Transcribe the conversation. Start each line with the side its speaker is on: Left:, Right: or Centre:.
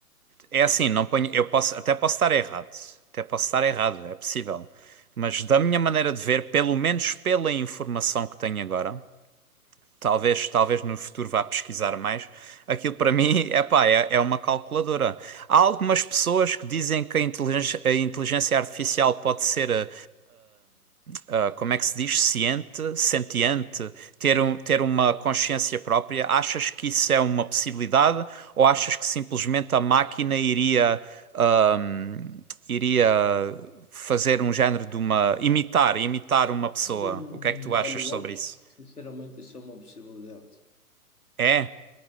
Right: é assim, não ponho, eu posso, até posso estar errado, até posso estar errado, é possível. Mas da minha maneira de ver, pelo menos pela informação que tenho agora, Talvez, talvez no futuro vá pesquisar mais. Aquilo para mim é pá, é, é uma calculadora. Há algumas pessoas que dizem que a inteligência, a inteligência artificial pode ser, ah, ah, ah, como é que se diz, ciente, sentiente, ter, um, ter uma consciência própria. Achas que isso é uma possibilidade ou achas que simplesmente a máquina iria, ah, iria fazer um género de uma, imitar, imitar uma pessoa?
Left: Hum,
Right: O que é que tu achas
Left: olha, eu
Right: sobre
Left: acho
Right: isso?
Left: que sinceramente isso é uma possibilidade.
Right: É?